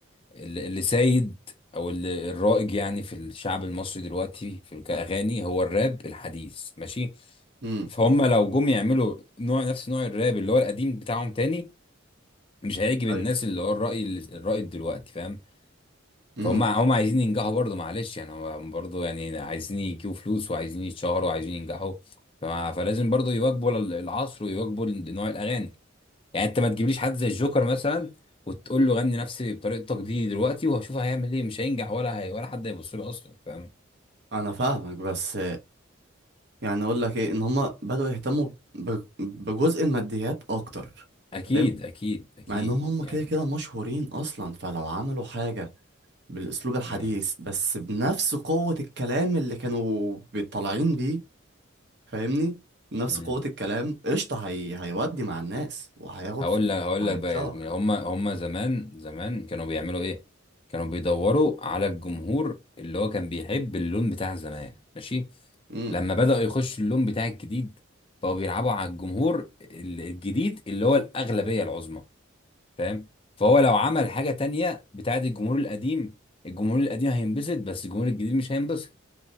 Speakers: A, on the left; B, on the right.
A: ال- اللي سايد او اللي الرائج يعني في الشعب المصري دلوقتي في كاغاني هو الراب الحديث ماشي
B: امم
A: فهم لو جم يعملوا نوع نفس نوع الراب اللي هو القديم بتاعهم تاني مش هيعجب الناس
B: ايوه
A: اللي هو الرأي الرأي دلوقتي فاهم
B: امم
A: فهم هم عايزين ينجحوا برضه معلش يعني هم برضه يعني عايزين يجيبوا فلوس وعايزين يتشهروا وعايزين ينجحوا ف- فلازم برضه يواكبوا ال- العصر ويواكبوا ال- نوع الأغاني يعني انت ما تجيبليش حد زي الجوكر مثلا وتقول له غني نفسي بطريقتك دي دلوقتي وهشوف هيعمل ايه مش هينجح ولا هي ولا حد هيبص له اصلا فاهم
B: انا فاهمك بس يعني اقول لك ايه ان هما بدأوا يهتموا ب- بجزء الماديات اكتر
A: اكيد
B: فاهم
A: اكيد اكيد
B: مع انهم هما
A: يعني
B: كده كده مشهورين اصلا فلو عملوا حاجة بالاسلوب الحديث
A: امم
B: بس بنفس قوة الكلام اللي كانوا بيطلعين بيه فاهمني نفس
A: إمم.
B: قوة الكلام قشطة هي... هيودي مع الناس وهياخد
A: هقول
B: فلوس
A: لك هقول
B: وهيتشهر
A: لك بقى يا زميلي هم هم زمان زمان كانوا بيعملوا ايه كانوا بيدوروا على الجمهور اللي هو كان بيحب اللون بتاع زمان ماشي
B: مم.
A: لما بدأوا يخشوا اللون بتاع الجديد بقوا بيلعبوا على الجمهور ال- الجديد اللي هو الأغلبية العظمى فاهم فهو لو عمل حاجة تانية بتاعت الجمهور القديم الجمهور القديم هينبسط بس الجمهور الجديد مش هينبسط